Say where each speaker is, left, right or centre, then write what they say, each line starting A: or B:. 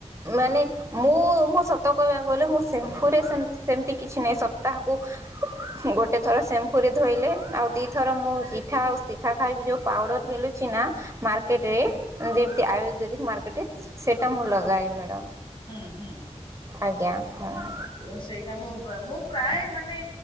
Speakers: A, on the right; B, on the left.
A: ମାନେ ମୁଁ। ମୁଁ ସତ କହିବାକୁ ଗଲେ ମୁ ସେମ୍ପୁରେ ସେମ ସେମିତି କିଛି ନାହିଁ ସ ତାହାକୁ ଗୋ ଗୋଟେ ଥର ଶମ୍ପୁରେ ଧୋଇଲେ ଆଉ ଦିଇଥର ମୁଁ ଚିଠା ଆଉ ଶିଖା ଖାଇବି ଯେଉଁ ପାଉଡ଼ର ମିଳୁଛି ନା ମାର୍କେଟରେ ଯେମିତି ଆୟୁର୍ବେଦିକ ମାର୍କେଟରେ ସେଇଟା ମୁଁ ଲଗାଏ। ମ୍ୟାଡ଼ାମ।
B: ହୁଁ ହୁଁ।
A: ଆଜ୍ଞା ହଁ।
B: ଆ ସେଇଟା ମୁଁ ମୁଁ ପ୍ରାୟ ମାନେ।